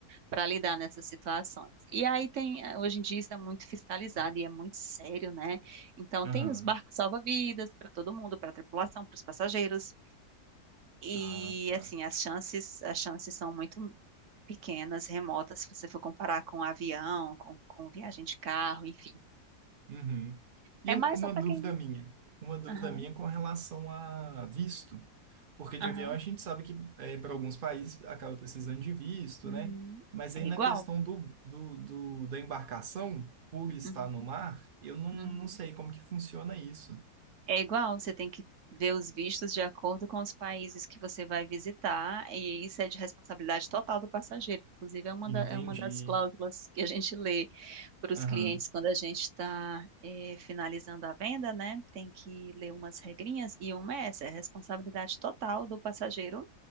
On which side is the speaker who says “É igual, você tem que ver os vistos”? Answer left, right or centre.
Right